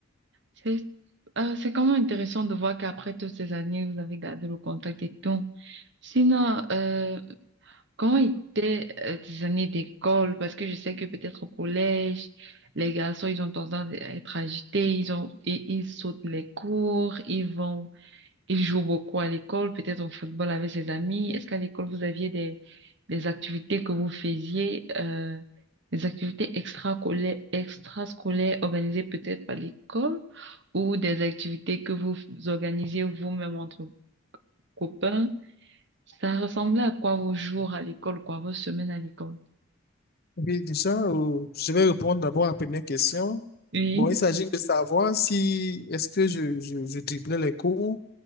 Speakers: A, on the right; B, on the left.
A: C'est euh, c'est quand même intéressant de voir qu'après toutes ces années, vous avez gardé le contact et tout. Sinon, euh, comment étaient euh, tes années d'école? Parce que je sais que peut-être au collège, les garçons, ils ont tendance à être agités, ils ont, ils, ils sautent les cours, ils vont il joue beaucoup à l'école, peut-être au football avec ses amis. Est-ce qu'à l'école, vous aviez des, des activités que vous faisiez, euh, des activités extracolaires, extrascolaires organisées peut-être par l'école ou des activités que vous f- organisiez vous-même entre copains? Ça ressemblait à quoi vos jours à l'école, quoi, vos semaines à l'école?
B: oui, déjà, euh, je vais répondre d'abord à la première question.
A: Oui,
B: Bon, il s'agit de savoir si, est-ce que je, je, je driblais les cours